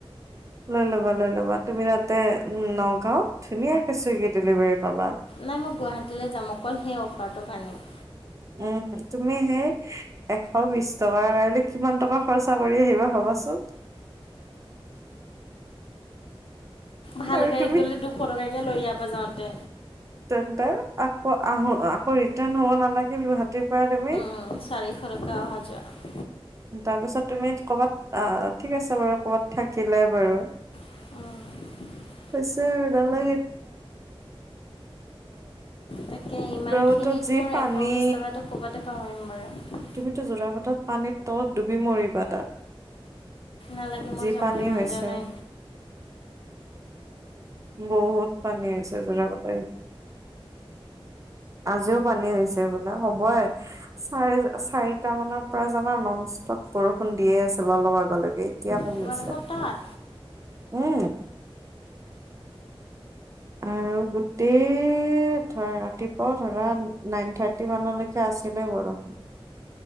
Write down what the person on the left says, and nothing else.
নাই মই গুৱাহাটীলৈ যাম, অকল সেই অফাৰটোৰ কাৰণেই।
ভাল
গাড়ীত
গ'লে দুশ টকাকে লয় ইয়াৰ পৰা যাওঁতে।
<unintelligible> <unintelligible>
<unintelligible>
তাকে ইমানখিনিত
মোৰ
এশ বিছ টকাটো ক'ৰবাতে পাহৰিম বাৰু।
নালাগে মোৰ
যাবলৈ
মন
যোৱা নাই
তোমালোকৰ তাত